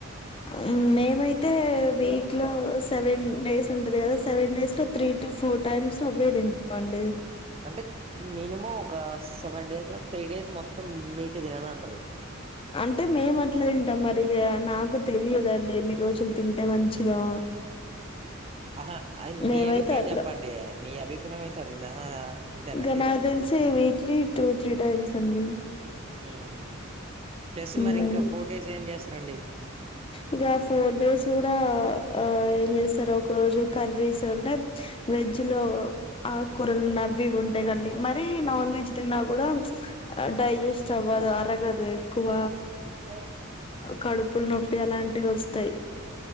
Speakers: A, on the left; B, on the right.
A: ఉమ్ మేమైతే వీక్ లో సెవెన్ డేస్ ఉంటది కదా సెవెన్ డేస్ లో త్రీ టు ఫోర్ టైమ్స్ అవే తిం <inaudible> అండి
B: అంటే మినిమం ఒక సెవెన్ డేస్ లో త్రీ డేస్ మొత్తం మీట్ యే తినాలంటారు
A: అంటే మేము అట్లా తింటాం మరి ఇక నాకు తెలియదండి ఎన్ని రోజులు తింటే మంచిదో
B: ఆహా అది
A: మేమైతే
B: మీ అభిప్రాయం
A: అట్లా
B: చెప్పండి మీ అభిప్రాయం అయితే <unintelligible> అంతేనా
A: క నాకు తెలిసి ఇవి క్లీ టూ త్రీ టైమ్స్ అండి
B: ఊమ్ ప్లస్
A: స్పెషల్
B: మరి ఇంక ఫోర్ డేస్ ఏం చేస్తారండి
A: ఇక ఫోర్ డేస్ కూడా ఆ ఏం చేస్తారు ఒక రోజు కర్రీస్ ఉంటే వెజ్ లో ఆకుకూరలు నవ్వి ఉంటాయి కండి మరీ నాన్ వెజ్ తిన్నా కూడా డైజెస్ స్ట్ అవ్వదు అరగదు ఎక్కువ
B: <unintelligible>
A: కడుపులు నొప్పి అలాంటివి వస్తాయి